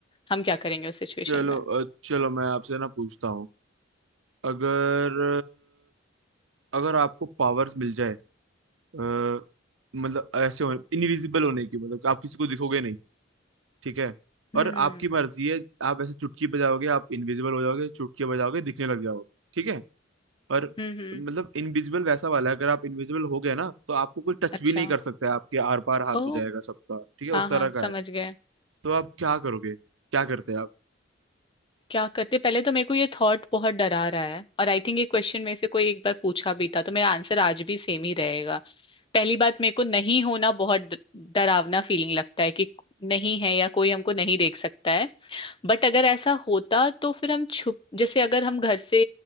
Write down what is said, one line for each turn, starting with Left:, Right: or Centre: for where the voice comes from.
Left: हम क्या करेंगे उस सिचुएशन
Right: चलो
Left: में
Right: अ, चलो मैं आपसे ना पूछता हूँ अगर अ, अगर आपको पावर्स मिल जाए अ, मतलब ऐसे हो इनविजिबल होने की मतलब कि आप किसी को दिखोगे नहीं ठीक है और
Left: हम्म
Right: आपकी मर्जी है आप ऐसे चुटकी बजाओगे आप इनविजिबल हो जाओगे चुटकी बजाओगे दिखने लग जाओगे ठीक है पर
Left: हम्म हम्म,
Right: मतलब इनविजिबल वैसा वाला है अगर आप इनविजिबल हो गए ना तो आपको कोई टच
Left: अच्छा
Right: भी नहीं कर सकता है आपके आर पार हाथ
Left: ओ
Right: हो जाएगा सबका ठीक है
Left: हाँ
Right: उस तरह
Left: हाँ
Right: का
Left: समझ
Right: है
Left: गए
Right: तो आप क्या करोगे क्या करते आप
Left: क्या करते पहले तो मेरे को ये थॉट बहुत डरा रहा है और आई थिंक ये क्वेश्चन में से कोई एक बार पूछा भी था तो मेरा आंसर आज भी सेम ही रहेगा पहली बात मेरे को नहीं होना बहुत ड- डरावना फीलिंग लगता है कि नहीं है या कोई हमको नहीं देख सकता है बट अगर ऐसा होता तो फिर हम छुप जैसे अगर हम घर से